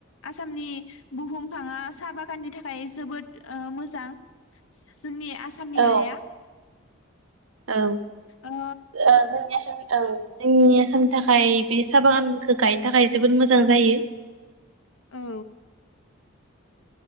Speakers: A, on the left (about 80°); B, on the right (about 80°).
A: आसामनि बुहुमफाङा साहा बागाननि थाखाय जोबोद ओ मोजां। जोंनि आसामनि
B: औ
A: हाया
B: औ ओ जों
A: ओ
B: ओं। जोंनि आसामनि थाखाय बे साहा बागानखौ गायनो थाखाय जोबोद मोजां जायो।
A: औ